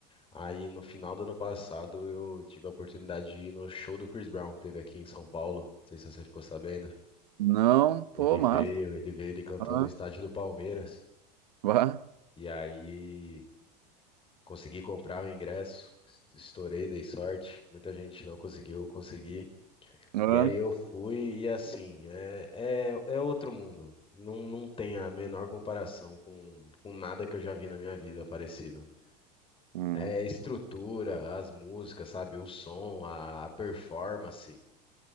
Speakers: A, on the left; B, on the right.
A: Aí no final do ano passado eu tive a oportunidade de ir no show do Chris Brown que teve aqui em São Paulo. Não sei se você ficou sabendo.
B: Não,
A: Ele
B: pô, mas.
A: veio, ele veio, ele cantou
B: Aham,
A: no estádio do Palmeiras.
B: vá,
A: E aí consegui comprar o ingresso, estourei, dei sorte. Muita gente não conseguiu, eu consegui.
B: aham.
A: E aí eu fui e assim, é, é, é outro mundo. Não, não tem a menor comparação com, com nada que eu já vi na minha vida parecido.
B: Hum.
A: É, estrutura, as músicas, sabe? O som, a performance.